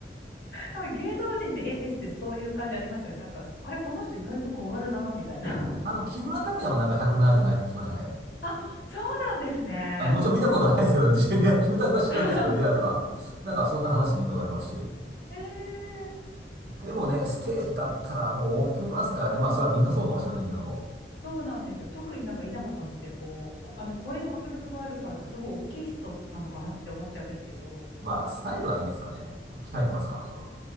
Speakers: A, on the left; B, on the right.
A: でも芸能人って A テスってそういう感じありますよね。なんか、あれ、この人意外と小柄だな、みたいな。
B: あの、木村拓哉もなんか170ななじゅうないって聞きましたね。
A: <laughs> あ、そうなんですね。
B: あの、もちろん見たことはないですけど、リアル木村拓哉は知らないですけど、
A: <laughs>
B: リアルは。なんかそんな話聞いたことありますし。
A: えー
B: でもね、ステージ立ったらもう大きく見えますからね。まあ、それはみんなそうかもしれませんけども。
A: そうなんですよ。特になんか稲葉さんってこう、こあの声の迫力があるからか、すごい大きい人なのかなって思っちゃうんですけど、
B: まあ、スタイルはいいですよね。鍛えてますから、あの人。